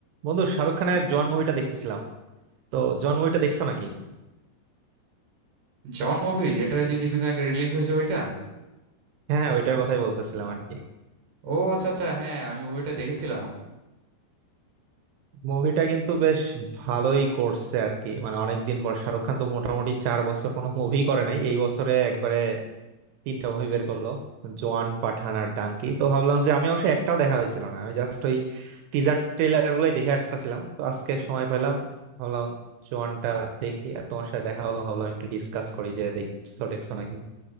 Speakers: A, on the right; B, on the right.
A: বন্ধু শাহরুখ খানের জোয়ান মুভিটা দেখতেছিলাম তো জোয়ান মুভিটা দেখছো নাকি
B: জন movie যেটা ওই যে কিছুদিন আগে রিলিজ হয়েছে ওইটা
A: হ্যাঁ হ্যাঁ, ওইটার কথাই বলতেছিলাম আর কি
B: ও আচ্ছা আচ্ছা হ্যাঁ আমি মুভিটা দেখেছিলাম
A: মুভিটা কিন্তু বেশ ভালোই করছে আর কি মানে অনেকদিন পর শাহরুখ খান তো মোটামুটি চার বছর কোনো মুভি করে নাই এই বছরে একবারে তিনটা মুভি বের করলো জোয়ান পাঠান আর ডাঙ্কি তো ভাবলাম যে আমি অবশ্যই একটাও দেখা হয়েছিল না আমি জাস্ট ওই টিজার ট্রেলার গুলোই দেখে আসতেছিলাম তো আজকে সময় পেলাম ভাবলাম জোয়ানটা দেখি আর তোমার সাথে দেখা হলো ভাবলাম একটু ডিসকাস করি যে দেখছো দেখছো নাকি